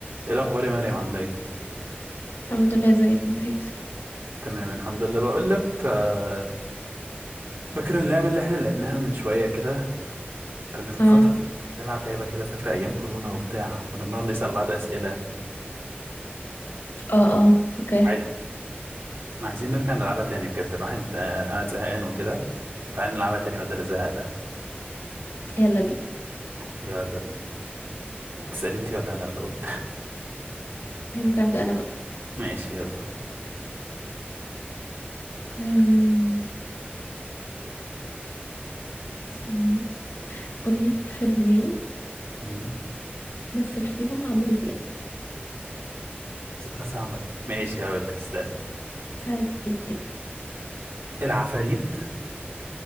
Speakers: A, on the right; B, on the left.
A: ايه الاخبار يا مريم عامله ايه
B: الحمد لله ازيك انت يا يوسف
A: تمام الحمد لله بقول لك آه، فاكره اللعبه اللي احنا لعبناها من شويه كده كنا من
B: اه
A: فتره نلعب لعبه كده فاكره ايام كورونا وبتاع كنا بنقعد نسال بعض اسئله
B: اه اه فاكراها
A: عايز... عايزين نرجع نلعبها تاني بجد الواحد آه، قاعد زهقان وكده وتعالى نلعبها تاني بدل الزهق ده
B: يلا بينا
A: يلا بينا تسالي انت ولا انا الاول <laughs>
B: هي ممكن ابدا انا بقى
A: ماشي يلا
B: أم... ثانية قولي فيلمين
A: مم.
B: مثل فيهم عمرو دياب
A: أسئلة صعبة دي. ماشي هقول لك استنى
B: سهل جدا
A: العفاريت